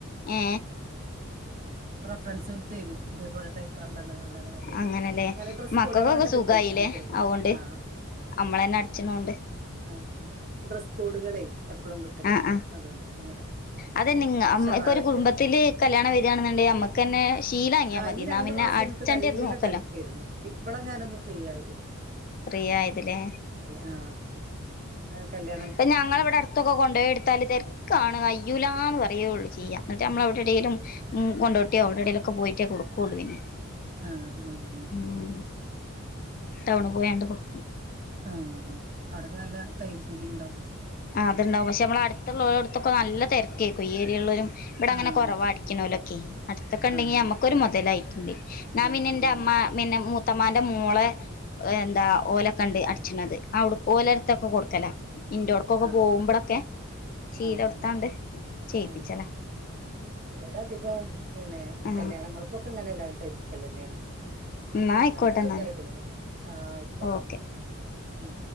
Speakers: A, on the left; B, on the right.
A: ഏ
B: ഫ്രെണ്ട്സോല് തരും ഇതേപോലെ തയ്ക്കണന്നറിഞ്ഞ് കാണ്ട് അങ്ങനെ തരും
A: അങ്ങനെല്ലേ
B: നല്ല ഡ്രസ്സ്
A: മക്കൾക്കൊക്കെ
B: കോടുകളൊക്കെ
A: സുഖായില്ലേ
B: കിട്ടൂല്ലേ നിങ്ങൾക്ക്
A: അതുകൊണ്ട്
B: ആ
A: നമ്മളന്നെ അടിച്ചണ കൊണ്ട്
B: അ ആ ഡ്രസ് കോഡുകളെ എപ്പളും കിട്ടലുണ്ട്
A: ആആ
B: അതുകൊണ്ട് അങ്ങനെ
A: ആഅതെ നിങ്ങ ഉം
B: ഷറാറൊക്കെ
A: ഇപ്പൊരു കുടുംബത്തില് കല്യാണം വെരാണ്ന്ന്ണ്ടെ നമ്മക്കെന്നെ ശീലാങ്ങിയാ
B: ആഹ്
A: മതി
B: ഈ
A: ന്നാ
B: രണ്ടു
A: പിന്നെ
B: മാസം
A: അടിച്ചണ്ടത്
B: എനിക്ക് നല്ല
A: നോക്കല്ലാ
B: തിരക്കായിരുന്നു ഇപ്പളാ ഞാനൊന്ന് ഫ്രീ ആയത്
A: ഫ്രീയായദ്ലേ
B: ആ അ കല്ല്യാ
A: അയിന് ഞങ്ങളവിടെ അടുത്തൊക്കെ കൊണ്ടോയെടുത്താല് തെരക്കാണ് അയ്യൂലാന്ന് പറയുള്ളൂ ചിയ്യാ ന്നിട്ട്മ്മള് അവിടെടേലും ഉം കൊണ്ടോട്ട്യോ അവിടെടേലൊക്കെ പോയിട്ടേ കൊടുക്കുള്ളൂ പിന്നെ
B: ആഹ് ആഹ്
A: ഉം ടൗണു പോയാണ്ട് കൊടുക്കും
B: ആ അവിടത്തെ നല്ല തയ്യൽ കൂലിണ്ടാവും
A: ആ അത്ണ്ടാകും പക്ഷെമ്മള് അടുത്തുള്ളോരട്ത്തൊക്കെ നല്ല തെര ക്കേക്കു ഈ ഏരിയള്ളൂര് ഇവിടങ്ങനെ
B: ആഹ്
A: കൊറവാ അടിക്കണോലൊക്കെ അടുത്തൊക്കെണ്ടെങ്കി
B: ആഹ്
A: അമ്മക്കൊരു മൊതലായിട്ട്ണ്ട് ന്നാ
B: ആഹ്
A: പിന്നെന്റെഅമ്മ
B: ആഹ്
A: പിന്നെ മൂ ത്തമ്മാന്റെ മോളെ എന്താ ഓലൊക്കെണ്ട് അടിച്ചിണത് അവുട് ഓലട്ത്തൊക്കെ കൊടുക്കലാ ഇൻ്റോഡ്‌കോക്കെ
B: ആഹ് ആഹ്
A: പോകുമ്പളൊക്കെ ശീല
B: ആഹ്
A: കൊടുത്താണ്ട് ചെയ്യിപ്പിച്ചലാ
B: ഉം ഇവിടെ അധികോം പിന്നെ
A: ആ
B: കല്യാണങ്ങൾക്കൊക്കെ ഇങ്ങനെല്ല തയ്പിക്കലെന്നെണ്
A: എന്നാ ആയിക്കോട്ടെ
B: അല്ലാതെ
A: എന്നാല്
B: <unintelligible> ആ അയിക്കോട്ടന്ന
A: ഓക്കെ
B: ന്നാ ശ ഉം